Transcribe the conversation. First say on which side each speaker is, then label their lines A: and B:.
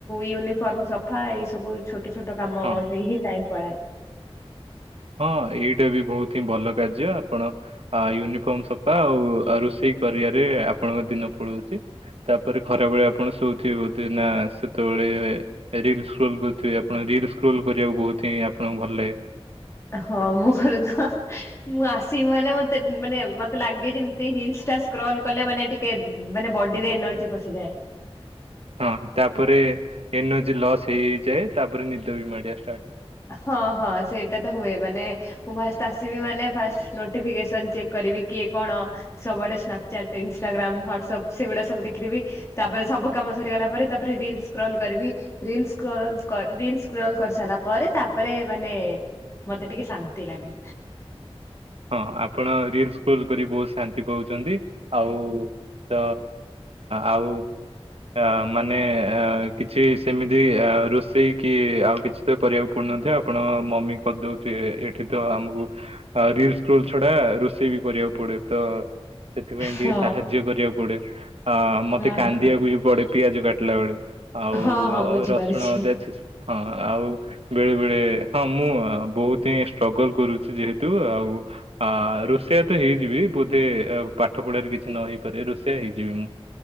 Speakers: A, on the left (about 25°); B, on the right (about 70°).
A: ୟୁନିଫର୍ମ ସଫା ଏଇ ସବୁ ଛୋଟ ଛୋଟ କାମ
B: ହଁ
A: ହେଇ ହିଁ ଟାଇମ ପଳାଏ।
B: ହଁ ଏଇଟା ବି ବହୁତ ହିଁ ଭଲ କାର୍ଯ୍ୟ ଆପଣ ଅ ୟୁନିଫର୍ମ ସଫା ଆଉ ରୋଷେଇ କରିବାରେ ଆପଣଙ୍କ ଦିନ ପଳଉଚି, ତାପରେ ଖରାବେଳେ ଆପଣ ଶୋଉଥିବେ ବୋଧେ ନା ସେତେବେଳେ ବେଳେ ରିଲ୍ସକ୍ରୁଲ କରୁଥିବେ, ଆପଣ ରିକ୍ସ ସ୍କୁଲ୍ କରିବାକୁ ବହୁତ ହିଁ ଆପଣଙ୍କୁ ଭଲ ଲାଗେ।
A: ହଁ ମୋର ତ ମୁଁ ଆସିବି ମାନେ ମତେ ମାନେ ମତେ ଲାଗେ ଯେମତି ହିଲ୍ସ ଟା ସ୍କଲ୍ କଲେ ମାନେ ଟିକେ ମାନେ ବଡିରେ ଏନର୍ଜି ପଶିଯାଏ।
B: ହଁ ତାପରେ ଏନର୍ଜି ଲସ୍ ହେଇ ହେଇ ଯାଏ, ତାପରେ ନିଦ ବି ମାଡେ।
A: ହଁ ହଁ ସେଇଟା ତ ହୁଏ ମାନେ ମୁଁ ଫାଷ୍ଟ ଆସ୍ ସିବି ମାନେ ଫାଷ୍ଟ ନୋଟିଫିକେସନ ଚେକ୍ କରିବି କିଏ କଣ ସବୁଆଡେ ସ୍ନାପଚାଟ ଇନଷ୍ଟାଗ୍ରାମ ଭର୍ତୀ ସବସେ ବଡା ସବୁ ଦେଖିଦେବି ତାପରେ ସବୁ କାମ ସରିଗଲା ପରେ ତାପରେ ରିଲ ସ୍କ୍ରଲ୍ କରିବି reel scroll scroll reels scroll କରି ସାରିଲା ପରେ ତାପରେ ମାନେ ମତେ ଟିକେ ଶାନ୍ତି ଲାଗେ।
B: ହଁ ଆପଣ ରିଲ୍ସ ସ୍କ୍ରଲ କରି ବହୁତ ଶାନ୍ତି ପାଉଛନ୍ତି ଆଉ ତ ଆଉ ଅ ମାନେ ଅ କିଛି ସେମିତି ଅ ରୋଷେଇ କି ଆଉ କିଛି ତ କରିବାକୁ ପଡ ଆପଣ ମମି କରିଦଉଥିବେ। ଏଠି ତ ଆମକୁ ରି ସ୍କୁଲ ଛଡା ରୋଷେଇ ବି କରିବାକୁ ପଡେ। ତ ସେଥିପାଇଁ ଟିକେ
A: ହଁ
B: ସାହାଯ୍ୟ କରିବାକୁ ପଡେ। ଅ ମତେ
A: ହଁ
B: କାନ୍ଦିବାକୁ
A: ହଁ
B: ବି ପଡେ ପିଆଜ କାଟିଲା ବେଳେ। ଆଉ
A: ହଁ ହଁ ବୁଝିପାରୁଛି।
B: ରସୁଣ ଅଦା ଛେଚୁ। ହଁ ଆଉ ବେଳେ ବେଳେ ହଁ ମୁଁ ବହୁତ ହିଁ ଷ୍ଟ୍ରଗଲ କରୁଛି। ଯେହେତୁ ଆଉ ଆ ରୋଷିଆ ତ ହେଇଯିବି। ବୋଧେ ପାଠ ପଢାରେ କିଛି ନ ହେଇପାରେ ରୋଷିଆ ହେଇଯିବି ମୁଁ।